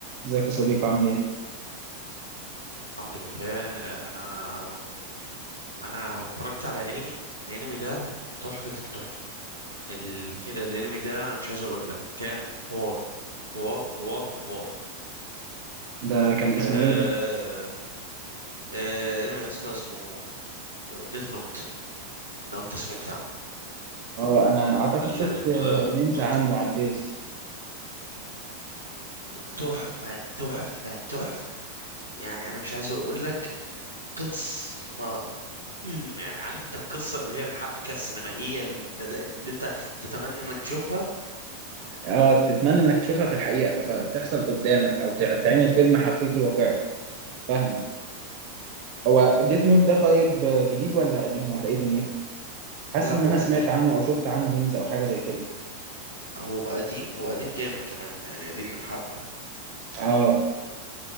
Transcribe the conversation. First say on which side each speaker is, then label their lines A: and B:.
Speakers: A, on the right (about 45°); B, on the right (about 85°).
A: ازيك يا صديقي عامل ايه؟
B: الحمد لله انا انا اتفرجت على انمي الانمي ده تحفة التحفة ال... كده الانمي ده انا مش عايز اقول لك كان حوار حوار حوار حوار
A: ده كان اسمه
B: آه...
A: ايه ده؟
B: آه... انمي يا اسطى اسمه ديث نوت لو انت سمعت عنه
A: اه انا اعتقد
B: ال-
A: شفت
B: الم- المذكر
A: ميمز عنه على الفيس
B: تحفة تحفة تحفة يعني انا مش عايز اقول لك قصة أم، يعني عارف انت القصة اللي هي الحبكة السينمائية اللي انت اللي انت تتمنى انك تشوفها
A: اه تتمنى انك تشوفها في الحقيقة تت- تحصل قدامك او تع- تعمل فيلم حقيقي واقعي فاهمة هو ديث نوت ده طيب جديد ولا قديم ولا ايه دنيته؟
B: لا
A: حاسس ان
B: هو
A: انا
B: قديم
A: سمعت عنه او شفت عنه ميمز او حاجة زي كده
B: هو قديم هو قديم جامد كمان يعني قديم من حب
A: اه